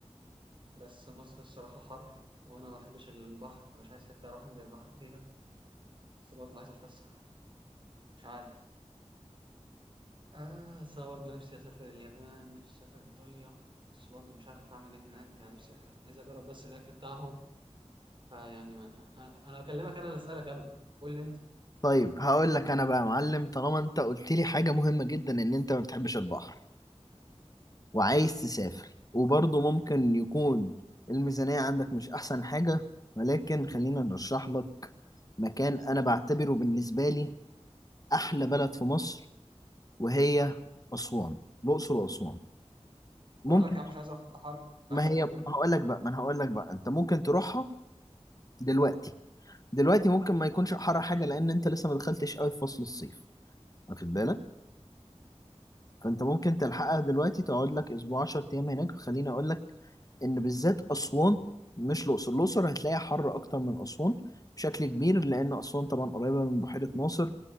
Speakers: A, on the right (about 45°); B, on the left (about 30°).
A: بس مصر الصراحة حر وأنا ما بحبش البحر فمش عايز حتة أروح أنزل البحر فيها بس برضه عايز أتفسح مش عارف آه بس أنا برضه نفسي أسافر اليابان نفسي أسافر إيطاليا بس برضه مش عارف أعمل إيه هناك يعني نفسي عايز أجرب بس الأكل بتاعهم فيعني ما أنا أنا بكلمك أنا اللي أسألك أنا قول لي أنت
B: طيب هقول لك انا بقى يا معلم طالما انت قلت لي حاجة مهمة جدا ان انت ما بتحبش البحر وعايز تسافر وبرضه ممكن يكون الميزانية عندك مش احسن حاجة ولكن خلينا نرشح لك مكان انا بعتبره بالنسبة لي احلى بلد في مصر وهي اسوان الاقصر واسوان
A: بقول
B: ممكن
A: لك يا عم مش عايز أروح حتة حر أنت
B: ما
A: عايز تموتني
B: هي هقول لك بقى ما انا هقول لك بقى انت ممكن تروحها دلوقتي دلوقتي ممكن ما يكونش حر حاجة لان انت لسه ما دخلتش قوي في فصل الصيف واخد بالك فانت ممكن تلحقها دلوقتي تقعد لك اسبوع 10 ايام هناك خليني اقول لك ان بالذات اسوان مش الاقصر الاقصر هتلاقيها حر اكتر من اسوان بشكل كبير لان اسوان طبعا قريبه من بحيره ناصر